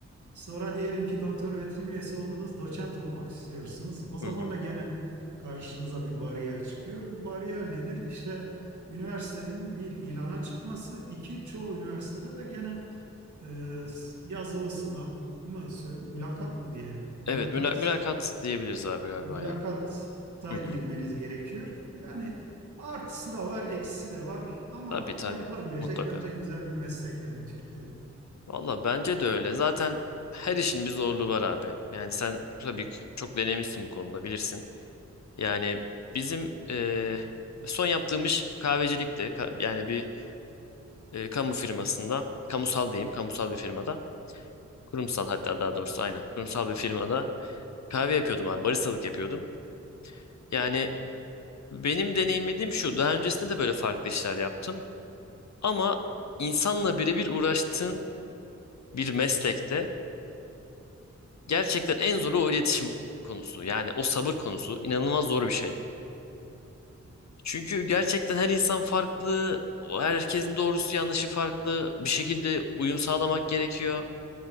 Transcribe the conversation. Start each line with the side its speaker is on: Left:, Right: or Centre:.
Right: Sonra diyelim ki doktor öğretim üyesi oldunuz, doçent olmak istiyorsunuz. O zaman
Left: Hı hı.
Right: da gene karşınıza bir bariyer çıkıyor. Bu bariyer nedir? İşte üniversitenin bir ilana çıkması, iki çoğu üniversitede de gene e, yazılı sınav mı, sö- mülakat mı diyelim? Mülakat,
Left: Evet müla- mülakat diyebiliriz abi galiba
Right: mülakatta
Left: ya. Hı hı.
Right: girmeniz gerekiyor. Yani artısı da var, eksisi de var ama
Left: Tabii tabii.
Right: yapılabilecek
Left: Mutlaka.
Right: bence güzel bir meslek yani Türkiye'de.
Left: Valla bence de öyle. Zaten her işin bir zorluğu var abi. Yani sen tabii ki çok deneyimlisin bu konuda bilirsin. Yani bizim eee, son yaptığım iş kahvecilikti. Ka- yani bir eee, kamu firmasında, kamusal diyeyim, kamusal bir firmada. Kurumsal hatta daha doğrusu aynen. Kurumsal bir firmada Kahve yapıyordum abi. Baristalık yapıyordum. Yani benim deneyimlediğim şu. Daha öncesinde de böyle farklı işler yaptım. Ama insanla birebir uğraştığın bir meslekte gerçekten en zoru o iletişim konusu. Yani o sabır konusu inanılmaz zor bir şey. Çünkü gerçekten her insan farklı. o Herkesin doğrusu yanlışı farklı. Bir şekilde uyum sağlamak gerekiyor.